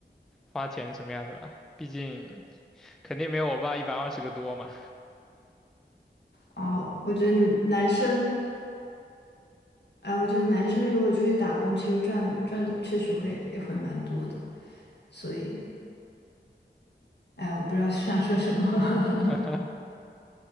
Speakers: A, in the centre; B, on the left (about 65°).
A: 花钱什么样的吧，毕竟。肯定没有我爸一百二十个多嘛。
B: 哦，我觉得你们男生，哎，我觉得男生如果出去打工，其实赚赚的确实会也会蛮多的。所以，哎，我不知道 <laughs> 想说什么。<laughs>
A: <laughs>